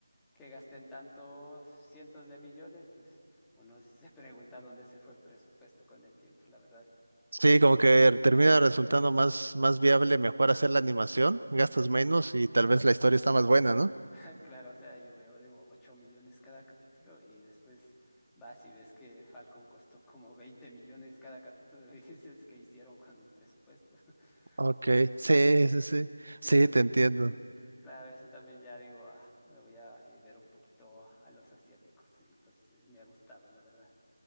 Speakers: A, in the centre; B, on the right.
A: que gasten tantos cientos de millones, pues uno se pregunta dónde se fue el presupuesto con el tiempo, la verdad.
B: Sí, como que termina resultando más, más viable, mejor hacer la animación, gastas menos y tal vez la historia está más buena, ¿no?
A: <laughs> Claro, o sea, yo veo, digo, 8 millones cada capítulo y después vas y ves que Falcon costó como 20 millones cada capítulo y <laughs> dices, ¿qué hicieron con el presupuesto? <laughs>
B: Ok,
A: Uh,
B: sí, sí, sí,
A: sí,
B: sí,
A: uh,
B: te entiendo.
A: claro, eso también ya digo, ah, me voy a eh, ver un poquito a los asiáticos y pues eh, me ha gustado, la verdad.